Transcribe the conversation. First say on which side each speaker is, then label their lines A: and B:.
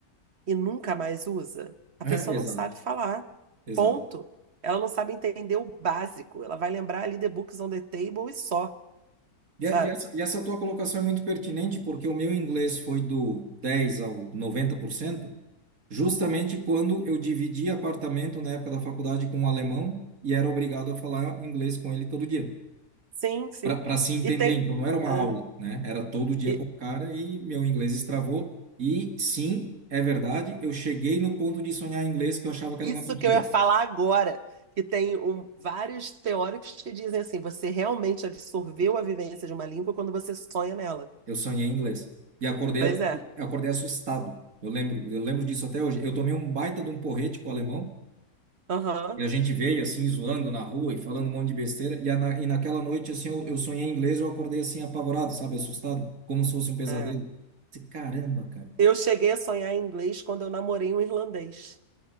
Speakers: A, on the right (about 50°); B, on the right (about 70°).
A: e nunca mais usa? A
B: <laughs>
A: pessoa
B: Exato,
A: não sabe falar.
B: exato.
A: Ponto. Ela não sabe entender o básico. Ela vai lembrar ali The Books on the Table e só,
B: E,
A: sabe?
B: a- e essa, e essa tua colocação é muito pertinente, porque o meu inglês foi do 10 ao 90%, justamente quando eu dividi apartamento na época da faculdade com um alemão e era obrigado a falar inglês com ele todo dia,
A: Sim, sim.
B: para se entender.
A: E tem.
B: Então não era uma
A: ah,
B: aula, né? Era todo dia
A: e-
B: com o cara e meu inglês estravou. E sim, é verdade, eu cheguei no ponto de sonhar em inglês que eu achava que era
A: Isso
B: uma mentira.
A: que eu ia falar agora, que tem um- vários teóricos que dizem assim, você realmente absorveu a vivência de uma língua quando você sonha nela.
B: Eu sonhei em inglês. E acordei,
A: Pois é.
B: acordei assustado. Eu lembro, eu lembro disso até hoje. Eu tomei um baita de um porrete com o alemão
A: Aham.
B: e a gente veio assim zoando na rua e falando um monte de besteira. E, a, na- e naquela noite assim eu, eu sonhei em inglês, e eu acordei assim apavorado, sabe, assustado, como se fosse um pesadelo.
A: é.
B: Disse, Caramba, cara.
A: Eu cheguei a sonhar em inglês quando eu namorei um irlandês.